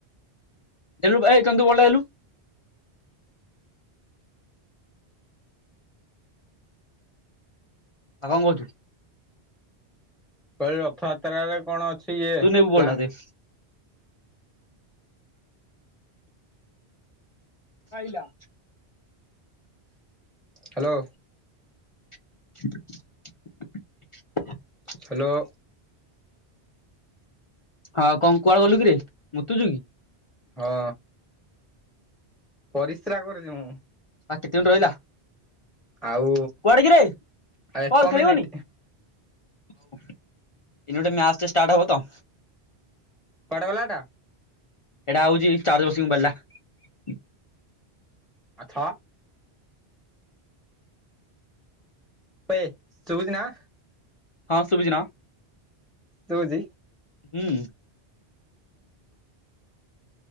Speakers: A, on the left; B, in the centre.
A: ଦେଲୁ ଏ ଚନ୍ଦୁ ବଲ ଟା ଦେଲୁ। ଆଉ କଣ କହୁଛୁ?
B: କହିଲି ରଥଯାତ୍ରାରେ କଣ ଅଛି? ଇଏ
A: ତୁ ନେବୁ
B: ପ୍ଲାନ୍
A: ବଲଟା ଦେ। ଖାଇଲା।
B: ହ୍ୟାଲୋ।
A: <inaudible>
B: ହ୍ୟାଲୋ।
A: ହଁ ଆଉ କ କୁଆଡେ ଗଲୁ କି ରେ! !!!!!!!!! କି।
B: ହଁ। !!!!!!!!!! କରୁଛି ମୁଁ।
A: ଆ କେତେମିନଟ୍ ରହିଲା
B: ଆଉ
A: କୁଆଡେ କିରେ
B: ଆଉ ଏକ
A: ବଲ ଖେଳିବୁନି?
B: ମିନିଟ
A: ଏଇନା ଗୋଟେ ମ୍ୟାଚ୍ ଟେ ଷ୍ଟାର୍ଟ ହବ ତ।
B: କୁଆଡେ଼ ଗଲା ଏଟା।
A: ସେଇଟା ହଉଛି ଚାର୍ଜ ବସିଚି ମୋବାଇଲ୍ ଟା।
B: ଆଛା। ପେ ସୁଭୁଛିନା।
A: ହଁ ସୁବୁଛିନା।
B: ଶୁଭୁଛି।
A: ହୁଁ।